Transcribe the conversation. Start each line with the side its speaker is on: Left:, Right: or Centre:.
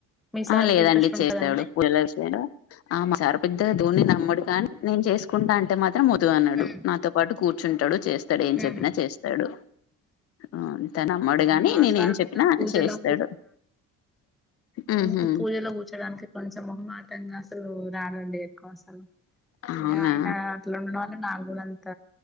Centre: మీ సార్కి
Left: ఆ లేదండి
Centre: ఇంట్రెస్ట్ ఉంటదా
Left: చేస్తాడు
Centre: అండి
Left: పూజలు ఆ మా
Centre: ఉమ్
Left: సార్ పెద్ద దు అమ్మడు కానీ నేను చేసు కుాంటంటే మాద్ మాత్రం వద్దు అన్నాడు
Centre: ఉమ్
Left: నాతో పాటు కూర్ చుంటడు చేస్ స్తాడు ఏం చెప్పినా
Centre: ఉమ్
Left: చేస్తాడు అఓ <inaudible> ఆ అంత నమ్మడు గాని
Centre: మా
Left: నేనే
Centre: సార్
Left: ఏం చెప్పినా
Centre: కొంచెం పూజలో
Left: చేస్తాడు హుహు.
Centre: ఆమ్కు పూజలో కూర్చోడానికి కొంచం మొహమాటం. అసలు రారండి ఎక్కువ అసలు.
Left: అవునా!
Centre: ఇగ ఆయన అట్ల ఉండడం వల్ల నాకు కూడా అంత